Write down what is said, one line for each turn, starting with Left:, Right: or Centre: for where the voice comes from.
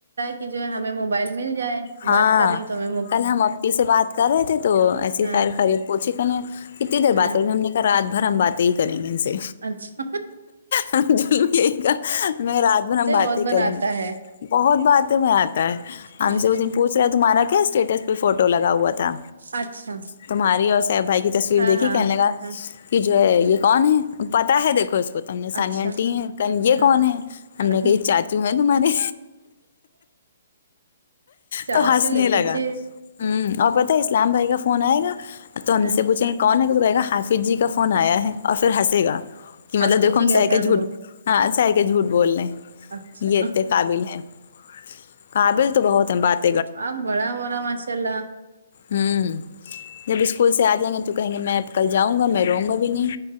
Right: کی جو ہے ہمیں موبائل مل جائے
Left: ہاں
Right: بات کر رہی تو میں
Left: کل ہم اپپی سے بات کر رہے تھے تو ایسی
Right: ہاں
Left: خیر خیریت پوچھی کنے کتنی دیر
Right: ہاں
Left: بات کر گے ہم نے کہا رات بھر ہم باتیں ہی کریں گے ان سے
Right: اچھا
Left: نہیں رات بھر ہم باتیں
Right: بہت
Left: ہی
Right: بناتا
Left: کریں گے
Right: ہے
Left: بہت باتیں میں آتا ہے ہم
Right: ہوں،
Left: سے پوچھ رہا ہے تمہارا کیا اسٹیٹس پہ فوٹو لگا ہوا تھا
Right: اچھا
Left: تمہاری اور سیف بھائی کی تصویر
Right: ہاں
Left: دیکھی
Right: ہاں
Left: کہنے لگا
Right: ہاں
Left: کہ جو ہے یہ کون ہے پتاہ ہے
Right: ہوں،
Left: دیکھو اس کو تم نے ثانیہ
Right: اچھا
Left: آنٹی ہیں یہ
Right: ہاں
Left: کون ہے ہم
Right: ہاں،
Left: نے کہی
Right: ہوں۔
Left: چاچو ہیں تمہارے
Right: چاچو
Left: تو ہنسنے
Right: کے
Left: لگا
Right: پیچھے
Left: ہ
Right: ہوں،
Left: اور پت اسلام بھائی کا فون آئے گا تو ہم
Right: ہاں،
Left: اس سے پوچھیں کون ہے کہ تو کہے گا ہائیفف جی کا فون آیا ہے اور پھرنسے گا کہ مطلب
Right: حافظ
Left: دیکھو
Right: جی
Left: ہم
Right: کہتا
Left: سے کہ
Right: ہے
Left: جھوٹ
Right: ان کو
Left: ہاں سح کے جھوٹ بول لے
Right: اچھا
Left: یہ اتے قابل ہیں قابل تو بہت ہے بات
Right: اب بڑا ہورا ماشاللہ
Left: ہوں جب اسکول سے آ جائیں گے تو کہیں گے میں کل جاؤں گا میں روں گا بھی نہیں